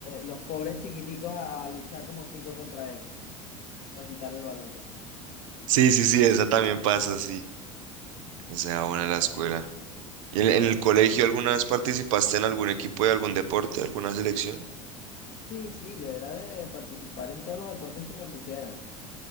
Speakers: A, on the left (about 45°); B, on the right (about 65°).
A: los pobres chiquiticos a, a luchar como cinco contra él para quitarle el balón.
B: sí, sí, sí, esa también pasa, sí. Se da buena en la escuela. ¿Y en, en el colegio alguna vez participaste en algún equipo de algún deporte, alguna selección?
A: Sí, sí, yo era de de participar en todos los deportes que me pusieran.